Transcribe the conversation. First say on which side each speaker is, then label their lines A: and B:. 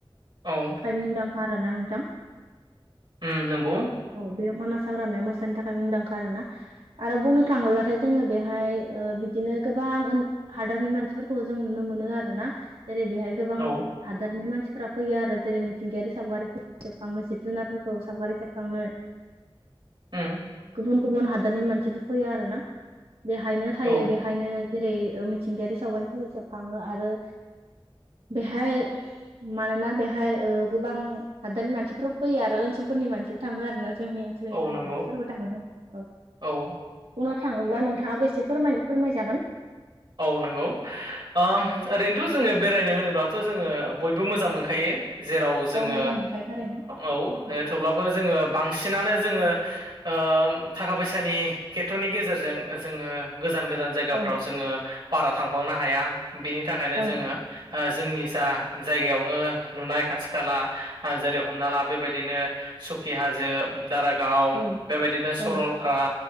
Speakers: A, on the right (about 55°); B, on the right (about 75°).
A: औ।
B: थाखाय मुंदांखा आरो ना नोंथां।
A: उम नोंगौ।
B: औ बेयाव मानास हाग्रामाया मोसानि थाखाय मुंदांखा आरो ना। आरो बुंनो थाङोब्लाथाय जोङो बेवहाय बिदिनो गोबां हादोर नि मानसिफोरखौबो जों नुनो मोनो आरोना जेरै बेहाय गोबां
A: औ
B: हादोरनि मानसिफोरा फैयो आरो जेरै मिथिंगायारि सावगारिफोर जोबखांनो जिब जुनारफोरखौ सावगारि सेबखांनो।
A: हो
B: गुबुन गुबुन हादरनि मानसिफोर फैयो आरो ना बेहायनो थायो
A: औ
B: बेहायनो जेरै मिथिंगायारि सावगारिफोरखौ सेबखांङो आरो बेहाय मानोना बेहाय ओ गोबां हादानि मानसिफोर फैयो आरो ओनसोलफोरनि मानसिबो थाङोआरोना जोंनि ओनसोलनिफोरनि
A: औ नंगौ
B: मानसिफोरबो। थाङो औ
A: औ
B: बुंनो थाङोब्ला नोंथाङाबो एसे फोर फोरमायजागोन।
A: औ नंगौ ओम
B: औ
A: ओरैनोथ' जोङो बेरायनो होनोब्लाथ' जोङो बयबो मोजां मोन खायो जेराव जोङो
B: औ मोजां मोनखायो थारैनो
A: ओ औ थेवब्लाबो जोङो बांसिनानो जोङो ओम थाखा फैसानि खेथ्र'नि गेजेरजों जोङो गोजान गोजान जायगाफ्राव
B: औ
A: जोङो बारा थांबांनो हाया बिनि थाखायनो
B: औ
A: जोङो ओ जोंनि जा जागायावनो नुनाय खाथि खाला जेरै हमना ला बेबादिनो सुखि हाजो दारागाव
B: औ
A: बेबायदिनो
B: औ
A: सरलपारा